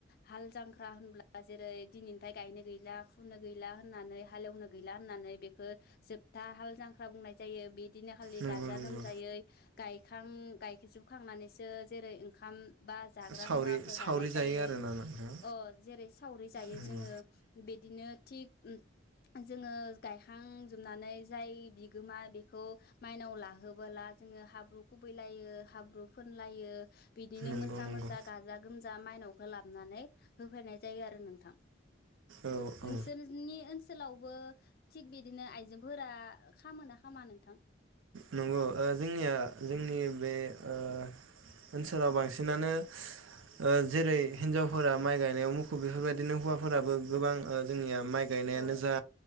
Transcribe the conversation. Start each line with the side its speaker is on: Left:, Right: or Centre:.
Left: हाल जांख्रा होनब्ला जेरै दिनैनिफ्राय गायनो गैला फुनो गैला होननानै हालेवनो गैला होननानै बेखौ जोबथा हाल जांख्रा बुंनाय जायो। बे दिनखालि
Right: नंगौ
Left: गाजा
Right: नंगौ
Left: गोमजायै गायखां गायखां जोबखांनानै सो जेरै ओंखाम बा जाग्रा
Right: सावरि
Left: मुवााख
Right: सावरि
Left: जानाय जायो
Right: आरोना नोंथां
Left: अ जेरै सावरि जायो
Right: नंगौ
Left: जोङो बिदिनो थिग जोङो गायखांजोबनानै जाय बिगोमा बेखौ माइनाव लाहोबोला जोङो हाब्रु खुबैलायो हाब्रु फोनलायो बिदिनो
Right: नंगौ
Left: मोसा
Right: नंगौ
Left: मोसा गाजा गोमजा मायनावखौ लाबोनानै होफैनाय जायो आरो नोंथां
Right: औ औ
Left: नोंसोरनि ओनसो लावबो थिग बिदिनो आइजोफोरा खालामोना खालामा नोंथां
Right: नंगौ ओ जोंनिया जोंनि बे ओ ओनसोलाव बांसिनानो ओ जेरै हिनजावफोरा माइ गायनायाव मुखुब बेफोरबायदिनो हौवाफोराबो गोबां ओ जोंनिया माइ गायनायानो
Left: औ
Right: जा